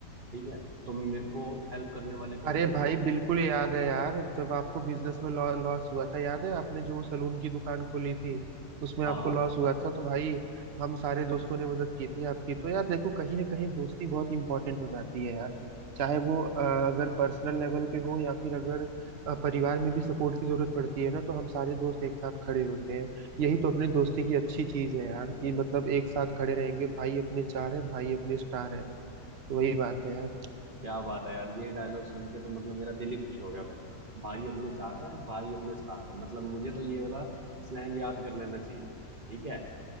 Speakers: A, on the right (about 40°); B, on the right (about 75°).
A: ठीक है तो मेरे को हेल्प करने वाले कौन
B: अरे
A: थे
B: भाई
A: यार
B: बिल्कुल याद है यार जब आपको बिजनेस में लॉ, लॉस हुआ था याद है आपने जो सलून की दुकान खोली थी उसमें
A: हाँ
B: आपको लॉस हुआ था तो भाई हम सारे दोस्तों ने मदद की थी आपकी तो यार देखो कहीं ना कहीं दोस्ती बहुत इंपॉर्टेंट हो जाती है यार चाहे वो अ, अगर पर्सनल लेवल पे हो या फिर अगर अ, परिवार में भी सपोर्ट की जरूरत पड़ती है ना तो हम सारे दोस्त एक साथ खड़े होते हैं यही तो अपनी दोस्ती की अच्छी चीज है यार कि मतलब एक साथ खड़े रहेंगे भाई अपने चार है भाई अपने स्टार है तो वही बात है यार
A: क्या बात है यार ये डायलॉग सुन के तो मतलब मेरा दिल ही खुश हो गया भाई भाई अपने चार है भाई अपने स्टार है मतलब मुझे तो ये वाला स्लैंग याद कर लेना चाहिए ठीक है